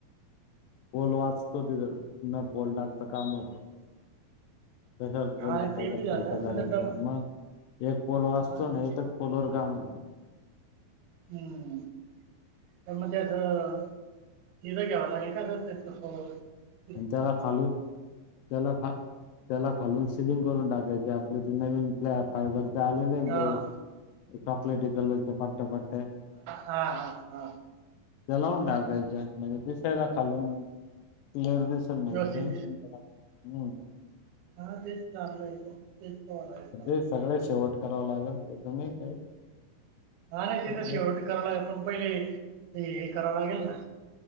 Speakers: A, on the left; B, on the right.
A: पोल वाचतो तिथ, न पोल टाकता काम होतं. कशाला पोल
B: हा
A: टा
B: ते
A: <unintelligible> यचा
B: बी झालं
A: खर्च करायचा,
B: नंतर डब
A: मग एक पोल वाचतो
B: हा
A: ना,
B: ते
A: एक पोलवर काम
B: ह्म पण त्याच असं तथं घ्याव लागेल का, घरच्यांचं फोन <unintelligible>
A: आणि त्याला खालून त्याला खा त्याला खालून सिलिंग करून टाकायचे आपले ते नवीन आपल्या फायबर च आलेले
B: हां
A: ते चॉकलेटी कलरच्या पट्ट्या पट्ट्या.
B: हा हा हा.
A: त्या लावून टाकायच्या म्हणजे दिसायला खालून. क्लिअर दिसल म्हणजे
B: व्यवस्थित
A: टेन्शन गेल हम.
B: हा तेच चांगलंय तेच प आहे चा
A: ते
B: <unintelligible>
A: सगळ्यात शेवट करावं लागेल त्याचं नाही काही.
B: हा नाही तिथं
A: पण
B: शेवटी कराव लागेल पण पहिले हे करावं लागेल ना.